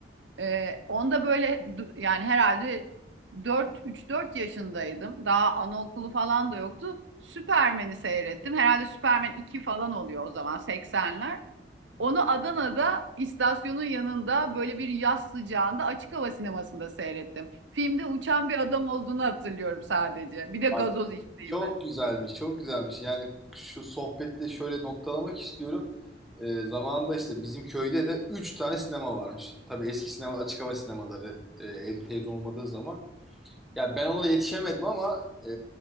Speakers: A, on the right; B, in the centre.
A: e, onda böyle du- yani herhalde 4 3-4 yaşındaydım. Daha anaokulu falan da yoktu. Superman'i seyrettim. Herhalde Superman iki falan oluyor o zaman 80'ler. Onu Adana'da istasyonun yanında böyle bir yaz sıcağında açık hava sinemasında seyrettim. Filmde uçan bir adam olduğunu hatırlıyorum sadece. Bir de gazoz
B: Aynen.
A: içtiğimi.
B: Çok güzelmiş, çok güzelmiş. Yani şu sohbette şöyle noktalamak istiyorum. Ee, zamanında işte bizim köyde de 3 tane sinema varmış. Tabii eski sinema, açık hava sinemaları e, evde televizyon olmadığı zaman. Yani ben ona yetişemedim ama e,